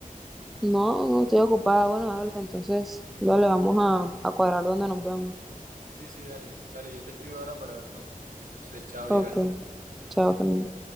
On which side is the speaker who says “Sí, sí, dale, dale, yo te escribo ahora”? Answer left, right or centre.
Right